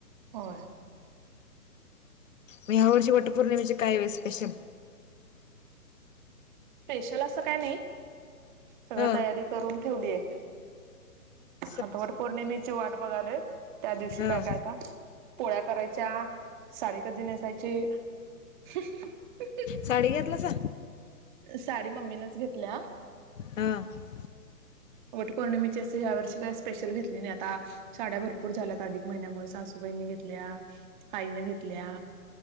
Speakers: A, on the right (about 30°); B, on the left (about 55°).
A: होय.
B: मी ह्या वर्षी वोटपौर्णिमेचे कायवे स्पेशल.
A: स्पेशल असं काय नाही सगळं
B: अ
A: तयारी करून ठेवलीय.
B: <unintelligible>
A: हाता वट पौर्णिमेची वाट बघालोय त्या दिवशी
B: ह
A: काय कायता. पोळ्या करायच्या साडी कधी नेसायची, हा हा.
B: साडी घेतलासा
A: साडी मम्मीनेच घेतल्या
B: ह ह्या
A: वट पौर्णिमे ची या वर्षी काही स्पेशल घेतली नाही आता साड्या भरपूर झाल्यात अधिक महिन्यामुळे सासूबाईंनी घेतल्या. आईन घेतल्या.